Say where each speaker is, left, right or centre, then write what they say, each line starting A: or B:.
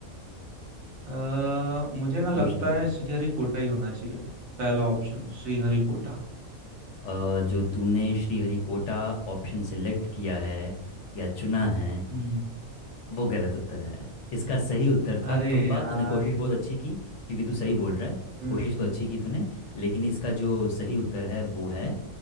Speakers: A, on the right (about 70°); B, on the left (about 65°).
A: आ, मुझे ना लगता
B: सोच ले
A: है श्रीहरिकोटा ही होना चाहिए पहला ऑप्शन श्रीहरिकोटा
B: अ, जो तूने श्रीहरिकोटा ऑप्शन सिलेक्ट किया है या चुना है
A: हम्म
B: वो गलत उत्तर है इसका सही उत्तर था
A: अरे
B: थुम्पा
A: यार
B: तूने कोशिश बहुत अच्छी की क्योंकि तू सही बोल रहा है
A: हम्म
B: कोशिश तो अच्छी की तूने लेकिन इसका जो सही उत्तर है वो है